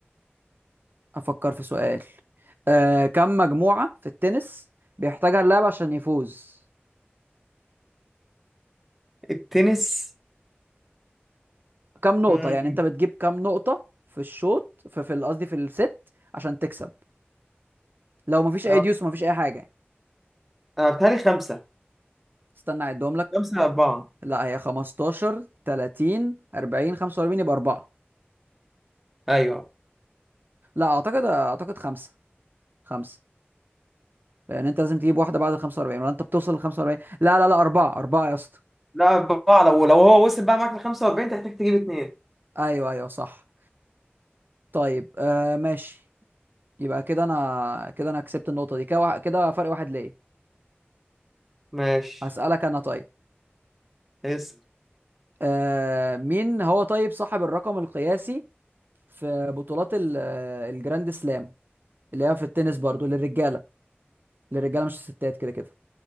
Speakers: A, on the right; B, in the centre.
A: افكر في سؤال أه... كم مجموعة في التنس بيحتاجها اللاعب عشان يفوز
B: التنس
A: كم نقطة
B: مم.
A: يعني انت بتجيب كم نقطة في الشوط في في ال- قصدي في الست عشان تكسب لو مفيش اي
B: أه
A: ديوس ومفيش اي حاجة يعني.
B: أه، بيتهيألي خمسة
A: استنى اعدهم لك
B: خمسة أربعة
A: لا هي 15 30 40 45 يبقى 4
B: أيوه
A: لا اعتقد اعتقد 5 5 لان انت لازم تجيب واحده بعد ال 45 ولا انت بتوصل لل 45 لا لا لا اربعه اربعه يا اسطى
B: لا أربعة لو لو هو وصل بقى معاك ل 45 تحتاج تجيب اتنين
A: ايوه ايوه صح طيب آه ماشي يبقى كده انا كده انا كسبت النقطه دي كده وا- كده فرق واحد ليا
B: ماشي
A: هسالك انا طيب
B: اسأل
A: آه مين هو طيب صاحب الرقم القياسي في بطولات ال- آه، الجراند سلام اللي هي في التنس برضو للرجاله للرجاله مش الستات كده كده